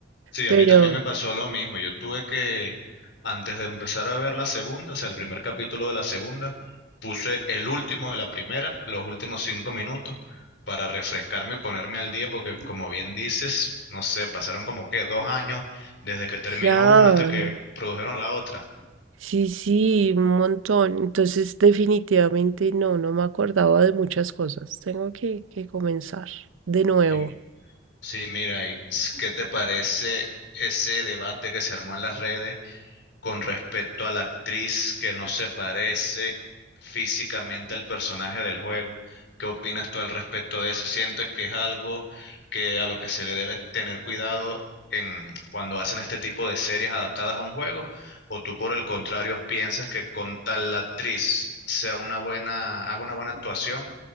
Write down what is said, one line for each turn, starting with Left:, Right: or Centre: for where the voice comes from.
Left: Sí,
Right: Pero,
Left: a mí también me pasó lo mismo. Yo tuve que, antes de empezar a ver la segunda, o sea, el primer capítulo de la segunda, puse el último de la primera, los últimos cinco minutos, para refrescarme y ponerme al día, porque como bien dices, no sé, pasaron como que dos años desde que terminó
Right: claro,
Left: una hasta que produjeron la otra.
Right: sí, sí, un montón. Entonces, definitivamente no, no me acordaba de muchas cosas. Tengo que, que comenzar de nuevo.
Left: Y, sí, mira, ¿y qué te parece ese debate que se armó en las redes? con respecto a la actriz que no se parece físicamente al personaje del juego. ¿Qué opinas tú al respecto de eso? ¿Sientes que es algo que a lo que se le debe tener cuidado en cuando hacen este tipo de series adaptadas a un juego? ¿O tú por el contrario piensas que con tal la actriz sea una buena, haga una buena actuación,